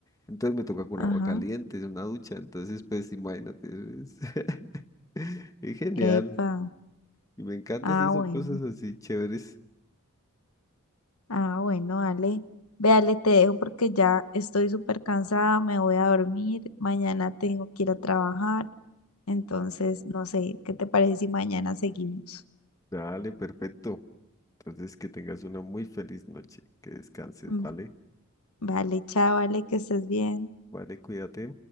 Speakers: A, on the left; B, on the left.
A: Entonces me toca con
B: Ajá.
A: agua caliente, es una ducha. Entonces, pues imagínate, es, <laughs> es genial.
B: Epa.
A: Y me encanta
B: Ah,
A: si son
B: bueno.
A: cosas así chéveres.
B: Ah, bueno, Ale. Ve, Ale, te dejo porque ya estoy súper cansada, me voy a dormir, mañana tengo que ir a trabajar, entonces no sé, ¿qué te parece si mañana seguimos?
A: Dale, perfecto. Entonces, que tengas una muy feliz noche. Que descanses,
B: Mm,
A: ¿vale?
B: Vale, chao, Ale, que estés bien.
A: Vale, cuídate.